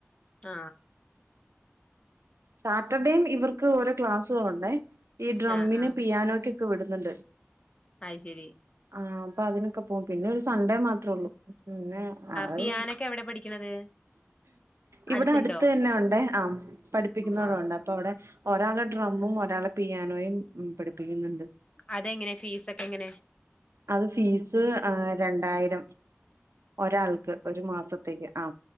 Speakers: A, on the left (about 25°); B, on the right (about 75°).
A: ആ
B: സാറ്റർഡേം ഇവർ ക്ക് ഓരോ ക്ലാസുകള് ഒണ്ടേ ഈ ഡ്രമ്മിനും
A: ആഹ് ആഹ്
B: പിയാനക്കൊക്കെ വിടുന്നുണ്ട്
A: അത് ശരി
B: ആ അപ്പം അതിനൊക്കെ പോകും പിന്നെ ഒരു സൺഡേ മാത്രം ഉള്ളൂ പിന്നെ ആഹ്
A: പിയാനൊക്കെ എവിടെ പഠിക്കണത്
B: ഇവിടെ
A: അടുത്തുണ്ടോ
B: അടുത്ത് തന്നെ ഒണ്ടേ ആ പഠിപ്പിക്കുന്നയിടം
A: ആഹ്
B: ഒണ്ട് അപ്പം അവിടെ ഒരാള് ഡ്രമ്മും ഒരാള് പിയാനോയും പഠിപ്പിക്കുന്നുണ്ട്
A: അതെങ്ങനെ ഫീസൊക്കെ എങ്ങനെ
B: അത് ഫീസ് രണ്ടായിരം ഒരാൾക്ക് ഒരു മാസത്തേക്ക് ആ